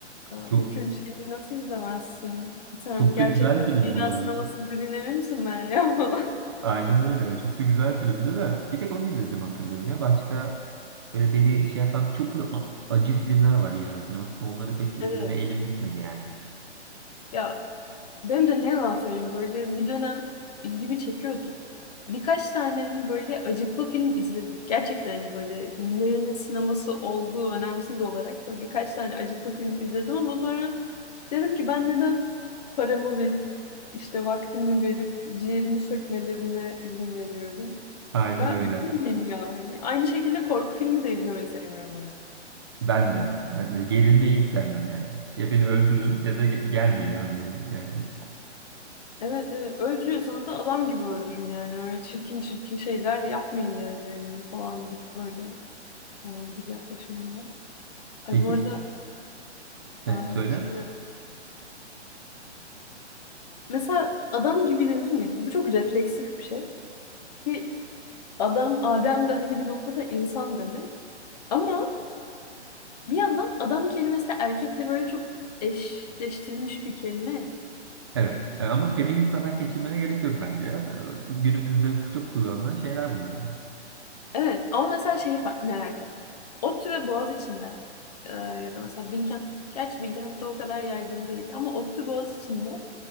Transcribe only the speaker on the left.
"Aa,
O kült şeyi nasıl izlemezsin? Sen
gerçekten
İran
sineması izlediğine emin misin Meryem? <laughs>
Evet.
Ya benim de ne yalan söyleyeyim böyle bir dönem ilgimi çekiyordu. Birkaç tane hani böyle acıklı film izledik. Gerçekten hani böyle nerenin sineması olduğu önemsiz olarak da birkaç tane acıklı film izledim ama sonra dedim ki ben neden paramı verip işte vaktimi verip ciğerimi sökmelerine izin veriyorum.
Ben
üzülmeyeyim ya hani. Aynı şekilde korku filmi de izlemeyi sevmiyorum o yüzden.
Evet evet öldürüyorsanız da adam gibi öldürün yani öyle çirkin çirkin şeyler yapmayın yani Hani falan gibi böyle falan bir yaklaşımında. Ay
bu arada
e,
şimdi mesela adam gibi dedim ya bu çok refleksif bir şey ki adam Adem de hani bir noktada insan demek ama bir yandan adam kelimesi de erkekle böyle çok eşleştirilmiş bir kelime.
Evet ama mesela şeyi bak- merak ettim. ODTÜ ve Boğaziçi'nde e, ya da mesela Bilkent, gerçi Bilkent'te o kadar yaygın değil ama ODTÜ Boğaziçi'nde